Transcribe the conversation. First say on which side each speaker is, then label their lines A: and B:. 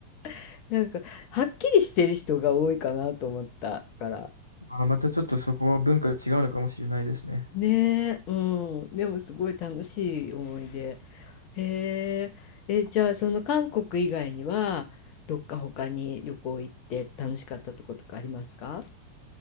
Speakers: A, on the left; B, on the left.
A: <laughs> なんか、はっきりしてる人が多いかなと思ったから。
B: あー、またちょっとそこは文化が違うのかもしれないですね。
A: ねえ、うん。でもすごい楽しい思い出。へえ、え、じゃあその韓国以外にはどっか他に旅行行って楽しかったとことかありますか